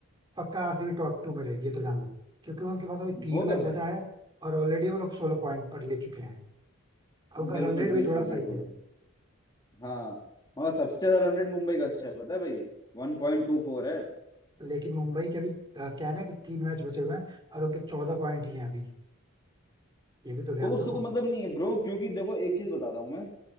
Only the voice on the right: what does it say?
पक्का आरसीबी टॉप टू में रहेगी ये तो जान लो क्योंकि उनके पास अभी तीन
मैच बचा
है और ऑलरेडी वो लोग सोलह पॉइंट पर ले चुके हैं अब उनका
रन रेट भी
थोड़ा सही
है
लेकिन मुंबई के अभी अ, क्या है ना कि तीन मैच बचे हुए हैं और उनके चौदह पॉइंट ही हैं अभी ये भी तो ध्यान
दो